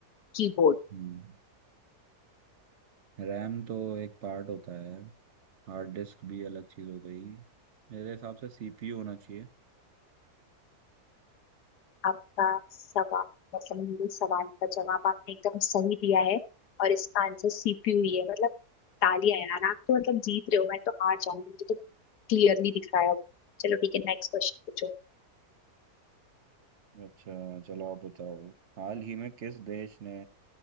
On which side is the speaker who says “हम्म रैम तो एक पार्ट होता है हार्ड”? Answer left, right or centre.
Right